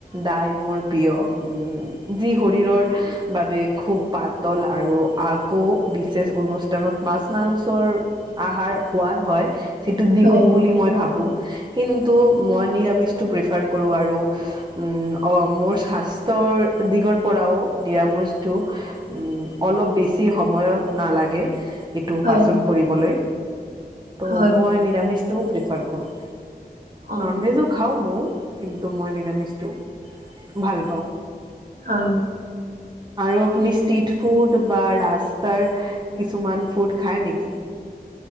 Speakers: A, on the right (about 30°); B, on the right (about 60°).
A: দাইল মোৰ প্ৰিয়। উম' যি শৰীৰৰ- বাবে খুব পাতল আৰু আকৌ বিশেষ অনুষ্ঠানত মাছ মাংসৰ- আহাৰ সোৱাদ হয়, সেইটো দ্বিগুণ
B: হয়
A: বুলি মই ভাবো। কিন্তু, মই নিৰামিষটো প্ৰিফাৰ কৰো আৰু। উমঁ' অঁ' মোৰ স্বাস্থ্যৰ দিগৰ পৰাও নিৰাময়- টো উমঁ' অলপ বেছি সময়ও নালাগে এইটো
B: হয়
A: পাচন কৰিবলৈ ত'
B: হয়
A: মই নিৰামিষটো প্ৰিফাৰ কৰোঁ।
B: অ
A: ন'নভেজো খাওঁ ময়ও কিন্তু মই নিৰামিষটো ভাল পাওঁ।
B: হয়।
A: আৰু আপুনি ষ্ট্ৰিট ফুড বা ৰাস্তাৰ কিছুমান ফ্ৰুইত খায় নেকি?